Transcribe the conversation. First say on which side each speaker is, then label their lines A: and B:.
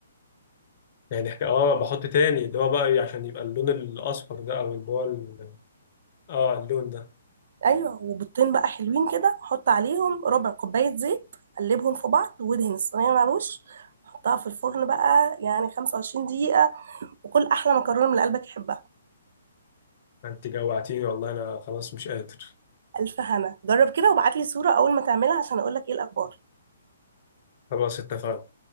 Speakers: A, on the left; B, on the right.
A: يعني احنا اه بحط تاني اللي هو بقى إيه، عشان يبقى اللون الاصفر ده او اللي هو ال- اه اللون ده
B: ايوه وبيضتين بقى حلوين كده حط عليهم ربع كوبايه زيت قلبهم في بعض وادهن الصينيه من على الوش حطها في الفرن بقى يعني 25 دقيقه وكل احلى مكرونه من اللي قلبك يحبها
A: انت جوعتيني والله انا خلاص مش قادر
B: الف هنا جرب كده وابعت لي صوره اول ما تعملها عشان اقول لك ايه الاخبار
A: خلاص اتفقنا